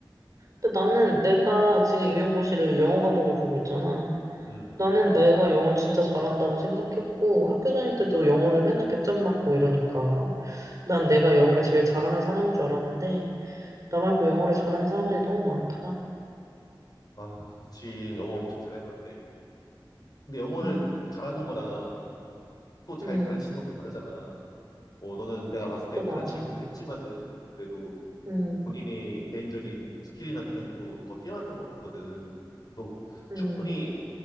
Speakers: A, on the right (about 40°); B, on the left (about 50°).
A: 근데 나는 내가 지금 임용고시를 영어 과목을 보고 있잖아.
B: 음.
A: 나는 내가 영어를 진짜 잘한다고 생각했고, 학교 다닐 때도 영어를 맨날 100점 맞고 이러니까, 난 내가 영어를 제일 잘하는 사람인 줄 알았는데, 나 말고 영어를 잘하는 사람들이 너무 많다.
B: 아, 그치. 영어 엄청 잘했는데. 근데 영어를
A: 음,
B: 잘하는 거랑 또 잘
A: 음,
B: 가르치는 것도 다르잖아. 뭐 너는 내가 봤을
A: 그것도
B: 때 가르치기도
A: 맞아.
B: 잘했지만은 그래도
A: 음,
B: 본인의 개인적인 스킬이나 능력도 더 뛰어났던 것 같거든. 또
A: 음,
B: 충분히